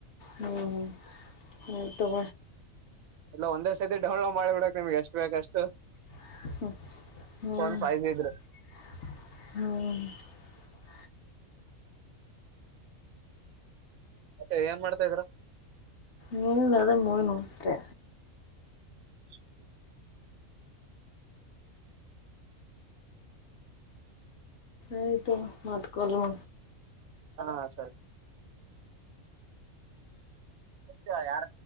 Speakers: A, on the left (about 60°); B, on the right (about 85°).
A: ಹ್ಮ್ ಹ್ಮ್ ಹ ತಗ
B: ಎಲ್ಲ ಒಂದೇ ಸರ್ತಿ ಡೌನ್ಲೋಡ್ ಮಾಡಿಬಿಡಕ್ ನಿಮ್ಗೆ ಎಷ್ಟು ಬೇಕಷ್ಟು
A: ಹ
B: ಫೋನ್
A: ಹ್ಮ
B: ಫೈ ಜಿ ಇದ್ರೆ.
A: ಹ್ಮ
B: ಮತ್ತೆ ಏನ್ ಮಾಡ್ತಾ ಇದ್ರ.
A: ಹ್ಮ್ ಆದೆ ಮೋವಿ ನೋಂಡುತ್ತೆ
B: ಹ್ಮ. <unintelligible>
A: ಆಯ್ಿತು ಮತ್ಕಲ್ಮ
B: ಹಾ ಸರಿ ಖ ಯಾರ